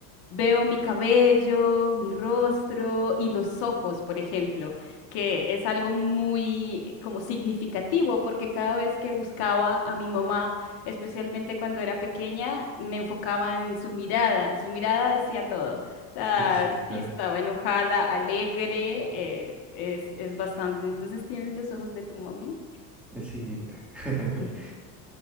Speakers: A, on the left; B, in the centre.
A: Veo mi cabello, mi rostro y los ojos, por ejemplo, que es algo muy como significativo porque cada vez que buscaba a mi mamá, especialmente cuando era pequeña, me enfocaba en su mirada. Su mirada decía todo. O sea,
B: Sí, claro.
A: si estaba enojada, alegre, eh, es, es bastante. Entonces, ¿tienes los ojos de tu mami?
B: Sí, mira. <laughs>
A: <laughs>